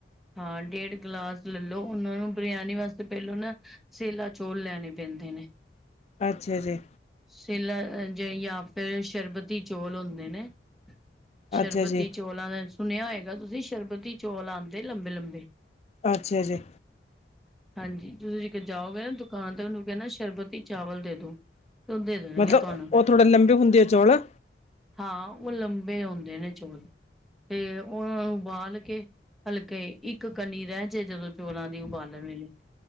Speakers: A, in the centre; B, on the left.
A: ਹਾਂ, ਡੇਢ ਗਲਾਸ ਲੱਲੋ ਓਨਾਂ ਨੂੰ ਬਰਿਆਨੀ ਵਾਸਤੇ ਪਹਿਲੋ ਨਾਂ ਸੇਲਾ ਚੋਲ ਲੈਣੇ ਪੈਂਦੇ ਨੇ।
B: ਅੱਛਾ ਜੀ।
A: ਸੇਲਾ ਜੇ ਜਾਂ ਫਿਰ ਸ਼ਰਬਤੀ ਚੌਲ ਹੁੰਦੇ ਨੇਂ। ਸ਼ਰਬਤੀ
B: ਅੱਛਾ ਜੀ
A: ਚੌਲਾਂ ਦਾ ਸੁਣਿਆ ਹੋਏਗਾ ਤੁਸੀਂ, ਸ਼ਰਬਤੀ ਚੌਲ ਆਂਦੇ ਲੰਬੇ-ਲੰਬੇ।
B: ਅੱਛਾ ਜੀ।
A: ਹਾਂਜੀ, ਤੁਸੀਂ ਜੇਕਰ ਜਾਓਗੇ ਨਾਂ ਦੁਕਾਨ ਤੇ ਓਨੂੰ ਕੈਣਾ ਸ਼ਰਬਤੀ ਚਾਵਲ ਦੇ ਦੋ। ਤੇ ਉਹ ਦੇ ਦੇਣਗੇ
B: ਮਤਲਬ
A: ਤੁਹਾਨੂੰ
B: ਓ ਥੋੜੇ ਲੰਬੇ ਹੁੰਦੇ ਆ, ਚੌਲ।
A: ਹਾਂ, ਓ ਲੰਬੇ ਔਂਦੇ ਨੇ ਚੌਲ ਤੇ ਓਨਾਂ ਨੂੰ ਉਬਾਲ ਕੇ ਹਲਕੇ ਇੱਕ ਕਨੀ ਰਹਿ ਜੇ ਜਦੋਂ ਚੋਲਾਂ ਦੀ ਉਬਾਲਣ ਲੀ